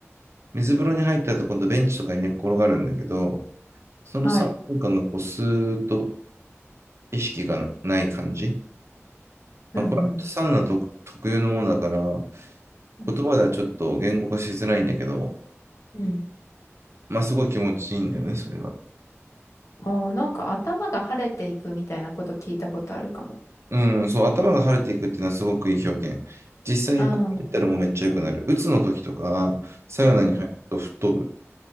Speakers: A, on the right; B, on the left.
A: 水風呂に入ったと今度ベンチとかに寝っ転がるんだけど、その3分間がこうスーッと
B: はい。
A: 意識がない感じ。
B: うんうん。
A: まあ、これはサウナ特、特有のものだから、言
B: うん
A: 葉ではちょっと言語化しづらいんだけど、
B: うん。
A: まあすごい気持ちいいんだよね、それが。
B: ああ、なんか頭が晴れていくみたいなこと聞いたことあるかも。
A: うん、そう、頭が晴れていくっていうのはすごくいい表現。実際、
B: うん。
A: こうメったらもうめっちゃ良くなる。鬱の時とか、サウナに入ると吹っ飛ぶ。